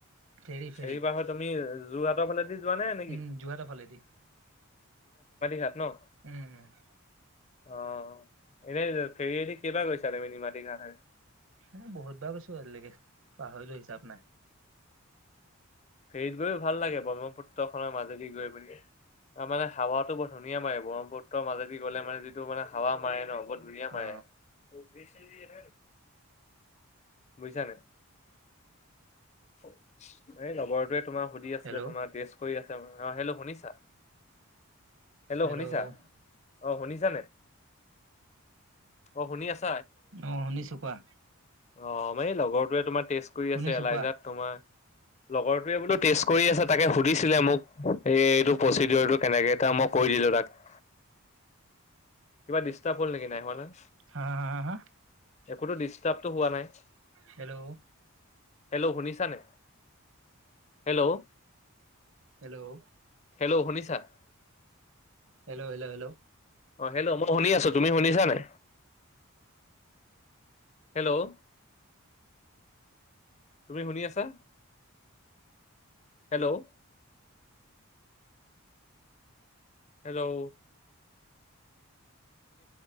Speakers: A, on the right; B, on the left.
A: ফেৰী ফেৰী
B: হেৰিবাৰ হয় তুমি যোৰহাটৰ ফালে যোৱা নাই নেকি
A: উম যোৰহাটৰ ফালেদি
B: ঘাট ন?
A: উম উম <inaudible>
B: অ এনে ফেৰিদি কেবা গৈছা তুমি নিমাটি ঘাট
A: অ বহুত বাৰ গৈছো আজিলৈকে পাহৰিলো হিচাপ নাই <inaudible>
B: ফেৰিত গৈও ভাল লাগে ব্ৰহ্মপুত্ৰখনৰ মাজেদি গৈ পেলি <inaudible> অ মানে হাৱাতো বৰু ধুনীয়া মে ব্ৰহ্মপুত্ৰ মাজেদি গ'লে মানে যিটো মানে হাৱা মাৰে ন বহুত ধুনীয়া
A: অ
B: মাৰে ন <inaudible> বুজিছানে <inaudible> এই লগৰটোৱে তোমাক সুধি আছিলে
A: হেল্ল'
B: তোমাৰ টেষ্ট কৰি আছে অ হেল্লো' শুনিছা হেল্লো'
A: হেল্ল'
B: শুনিছা
A: অ
B: অ শুনিছা অ শুনি আছে
A: অ শুনিছা কোৱা
B: অ মানে এই লগৰটোৱে তোমাৰ টেষ্ট কৰি
A: শুনিছো
B: আছে এলাইজাত
A: কোৱা
B: তোমাৰ <inaudible> লগৰটোৱে বোলো টেষ্ট কৰি আছে তাকে সুধিছিলে মোক এই এইটো প্ৰচিডৰটো কেনেকে এটা মোক কৈ দিলোঁ তাক <inaudible> কিবা ডিষ্টাৰ্ব হল নেকি নাই হোৱা
A: হা হা হা
B: একোতো ডিষ্টাৰ্বটো হোৱা নাই
A: হেল্লো'
B: হেল্লো' শুনিছা নে হেল্লো'
A: হেল্লো'
B: হেল্লো' শুনিছা <inaudible>
A: হেল্লো' হেল্লো' হেল্লো'
B: অ হেল্লো মই শুনি আছো তুমি শুনিছা নে হেল্লো' <inaudible> তুমি শুনি আছা <inaudible> hello <inaudible> hello